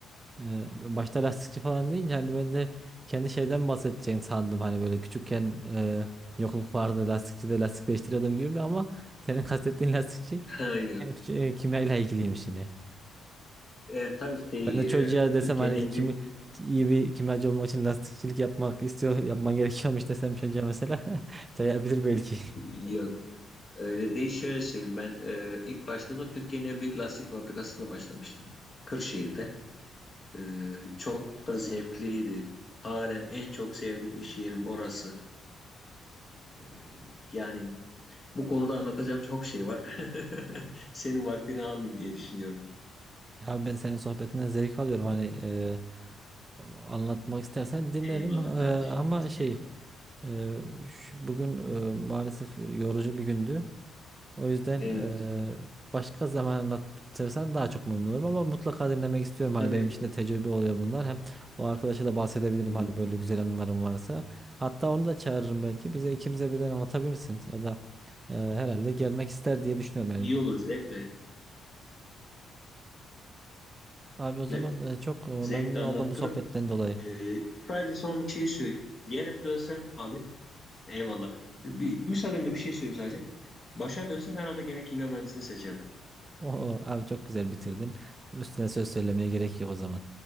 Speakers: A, on the right; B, on the left.
A: Ee, başta lastikçi falan deyince hani ben de kendi şeyden bahsedeceğini sandım. Hani böyle küçükken e, yokluk vardı lastikçi de lastik değiştiriyordum gibi ama senin <laughs> kastettiğin lastikçi
B: <laughs> Hayır.
A: hep şey, kimyayla ilgiliymiş yine.
B: E, tabii şey
A: Ben de çocuğa
B: e,
A: desem
B: Türkiye'nin
A: hani
B: en
A: kimi,
B: büyük
A: iyi bir kimyacı olmak için lastikçilik yapmak istiyor, yapman gerekiyormuş desem çocuğa mesela <laughs> çayabilir belki.
B: <laughs> yok öyle değil şöyle söyleyeyim ben e, ilk başladığımda Türkiye'nin en büyük lastik fabrikasında başlamıştım Kırşehir'de E, çok da zevkliydi halen en çok sevdiğim iş yerim orası E, yani bu konuda anlatacağım çok şey var <laughs> senin vaktini almayayım diye düşünüyorum
A: Abi ben senin sohbetinden zevk alıyorum hani e, anlatmak istersen dinlerim
B: eyvallah
A: E,
B: kardeşim
A: ama şey
B: eyvallah
A: Ee, şu- bugün e, maalesef yorucu bir gündü. O yüzden
B: evet
A: e, başka zaman anlatırsan daha çok memnun olurum ama mutlaka dinlemek istiyorum. Hani
B: tabii
A: benim için de tecrübe oluyor bunlar. Hem o arkadaşa da bahsedebilirim
B: e,
A: hani böyle güzel anılarım varsa. Hatta onu da çağırırım belki. Bize ikimize birden anlatabilirsin. O da e, herhalde gelmek ister diye düşünüyorum
B: iyi
A: yani.
B: olur zevkle
A: Abi o zaman
B: zevkle,
A: e, çok e, memnun
B: zevkle
A: oldum
B: anlatırım
A: bu sohbetten dolayı.
B: Ee, sadece son bir şey söyleyeyim. Gene dönsem abi eyvallah. Bir, müsaadenle bir şey söyleyeyim sadece. Başa dönsem herhalde gene kimya mühendisliğini seçerdim.
A: <laughs> Oo, abi çok güzel bitirdin. Üstüne söz söylemeye gerek yok o zaman.